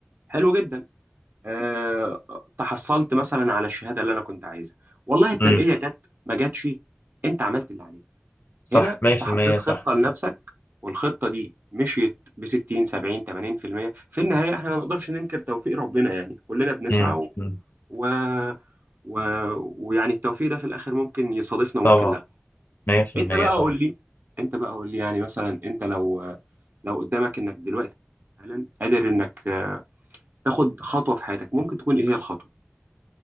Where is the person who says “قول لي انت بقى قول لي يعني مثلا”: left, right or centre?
Right